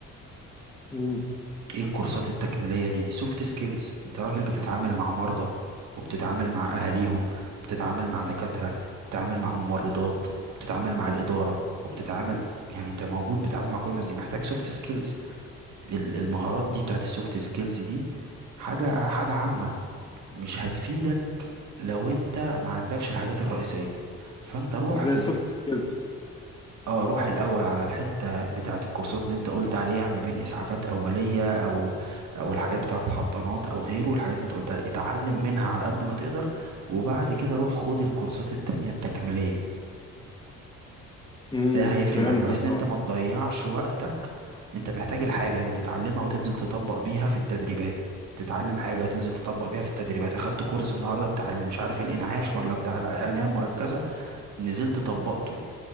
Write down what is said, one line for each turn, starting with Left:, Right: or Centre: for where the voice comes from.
Left: مم.
Right: ايه الكورسات التكميلية دي سوفت سكيلز انت راجل بتتعامل مع مرضى وبتتعامل مع اهاليهم وبتتعامل مع دكاترة وبتتعامل مع ممرضات وبتتعامل مع الإدارة وبتتعامل يعني انت موجود بتتعامل مع كل الناس دي محتاج سوفت سكيلز المهارات دي بتاعت السوفت سكيلز دي حاجة حاجة عامة مش هتفيدك لو انت ما عندكش الحاجات الرئيسية فانت روح
Left: زي
Right: في
Left: السوفت سكيلز
Right: اه روح الاول على الحته بتاعه الكورسات اللي انت قلت عليها ما بين اسعافات اوليه او او الحاجات بتاعه الحضانات او غيره الحاجات اللي انت قلت عليها اتعلم منها على قد ما تقدر وبعد كده روح خد الكورسات التانية التكميليه
Left: امم
Right: ده هيفرق
Left: فهمتك
Right: معاك بحيث ان
Left: اه
Right: انت ما تضيعش وقتك انت محتاج الحاجه اللي تتعلمها وتنزل تطبق بيها في التدريبات تتعلم حاجه وتنزل تطبق بيها في التدريبات اخدت كورس النهارده بتاع ال- مش عارف الانعاش ولا بتاع العنايه المركزه نزلت طبقته